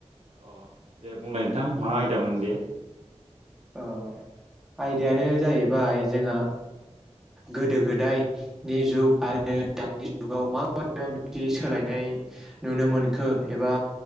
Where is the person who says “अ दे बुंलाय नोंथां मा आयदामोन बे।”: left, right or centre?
Right